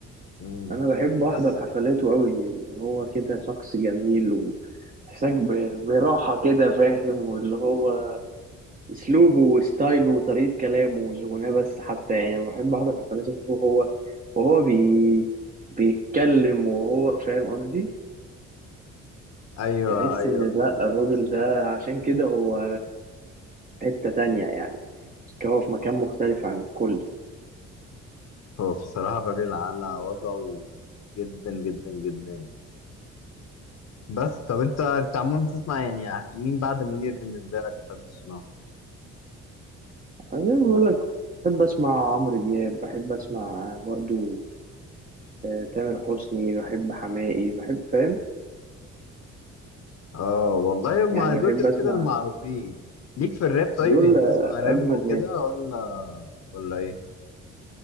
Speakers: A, on the left; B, on the right.
A: مم.
B: انا بحب
A: بس
B: احضر حفلاته قوي هو كده شخص جميل وحساك ب- براحة كده فاهم واللي هو اسلوبه وستايله وطريقة كلامه مش غناه بس حتى يعني أنا بحب احضر حفلاته اشوفه هو وهو بي بيتكلم وهو فاهم قصدي
A: ايوه
B: تحس
A: ايوه
B: ان
A: بالظبط
B: لا الراجل ده عشان كده هو في حتة تانية يعني هو في مكان مختلف عن الكل
A: هو بصراحه الراجل على وضعه جدا جدا جدا بس طب انت انت عموما بتسمع يعني مين بعد منير بالنسبه لك بتحب تسمعه؟
B: أنا زي ما بقول لك بحب أسمع عمرو دياب بحب أسمع برضو آه، تامر حسني بحب حماقي بحب فاهم
A: اه والله ما
B: يعني
A: دول
B: بحب
A: كده
B: أسمع
A: كده المعروفين ليك في الراب طيب
B: دول
A: يعني بتسمع
B: آه،
A: راب
B: أجمد
A: وكده
B: ناس
A: ولا ولا ايه